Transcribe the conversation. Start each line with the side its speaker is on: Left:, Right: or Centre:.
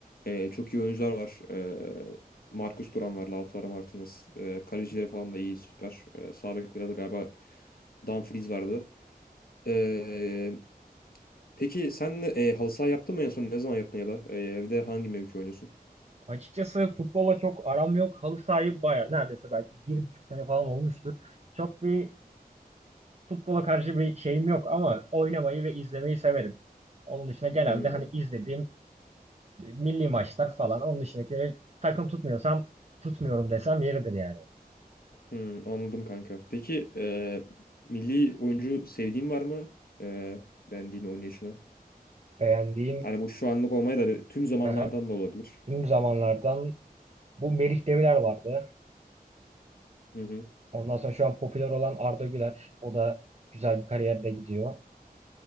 Left: e, çok iyi oyuncular var. E, Marcus Thuram var, Lautaro Martinez. E, kalecileri falan da iyi, süper. E, sağ bekleri de galiba Dumfries vardı. E, peki sen e, halı saha yaptın mı en son? Ne zaman yaptın ya da e, evde hangi mevki oynuyorsun?
Right: Açıkçası futbola çok aram yok. Halı sahibi baya neredeyse belki bir buçuk sene falan olmuştur. Çok bir futbola karşı bir şeyim yok ama oynamayı ve izlemeyi severim. Onun dışında genelde
Left: Hmm.
Right: hani izlediğim e, milli maçlar falan. Onun dışındakileri takım tutmuyorsam tutmuyorum desem yeridir yani.
Left: Hmm, anladım kanka. Peki e, milli oyuncu sevdiğin var mı? E, beğendiğin oynayışını.
Right: Beğendiğim
Left: Hani bu şu anlık olmayı da bir- tüm zamanlardan
Right: aha,
Left: da olabilir.
Right: tüm zamanlardan bu Melih Demirer vardı.
Left: Hı hı.
Right: Ondan sonra şu an popüler olan Arda Güler. O da güzel bir kariyerde gidiyor.